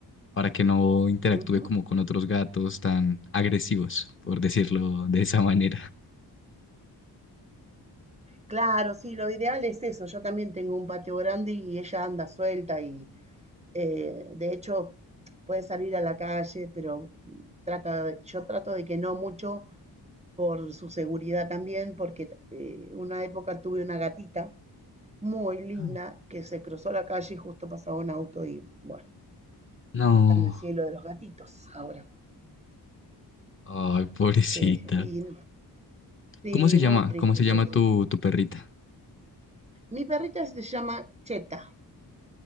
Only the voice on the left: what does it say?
para que no interactúe
como con otros gatos tan agresivos, por decirlo de esa manera.
Ah.
No,
ay, pobrecita.
¿Cómo se llama?
¿Cómo se
llama
tu, tu perrita?